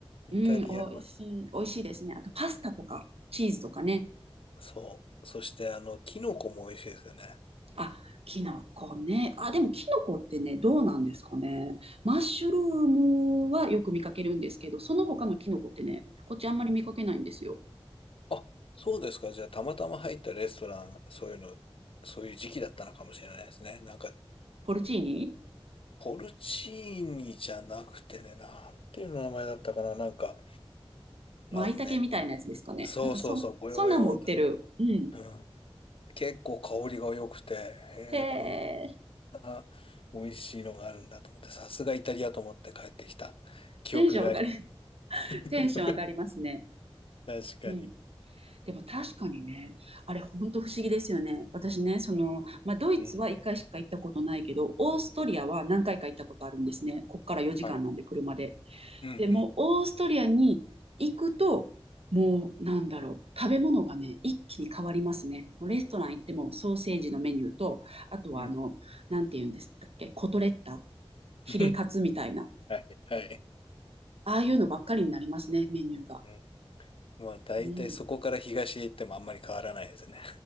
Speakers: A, on the left; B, on the right.
A: イタリアは。
B: うん、おいしい、おいしいですね。あと、パスタとか、チーズとかね。
A: そう。そして、あの、キノコも美味しいですよね。
B: あ、キノコね。あ、でも、キノコってね、どうなんですかね。マッシュルームはよく見かけるんですけど、その他のキノコってね、こっちあんまり見かけないんですよ。
A: あ、そうですか。じゃあ、たまたま入ったレストラン、そういうの、そういう時期だったのかもしれないですね。なんか、
B: ポルチーニ
A: ポルチーニじゃなくてね、なんていう名前だったかな。なんか、
B: 舞茸みたいなやつですかね。
A: あのね、そうそうそう、
B: なんかそ、
A: ごよごよんと、
B: そんなんも売ってる。うん。
A: うん。結構香りが良くて、へえ、
B: へえ、
A: こんな美味しいのがあるんだと思って、さすがイタリアと思って帰ってきた記憶があります。
B: テンション上がり、<laughs> テンション上がりますね。
A: <laughs> 確かに。
B: うん。でも確かにね、あれ本当不思議ですよね。私ね、その、まあ、ドイツは1回しか行ったことないけど、
A: うん。
B: オーストリアは何回か行ったことあるんですね。こっから4時間なんで、
A: はい。
B: 車で。
A: うん
B: でも、オーストリアに行くと、もう、なんだろう、食べ物がね、一気に変わりますね。もうレストラン行っても、ソーセージのメニューと、あとは、
A: うん。
B: あの、
A: うん。
B: なんて言うんですっけ、コトレッタヒレカツみたいな。
A: <laughs> はい、はい。
B: ああいうのばっかりになりますね、メニューが。
A: うんまあ、大体そこから東へ行ってもあんまり変わらないですね。
B: うん。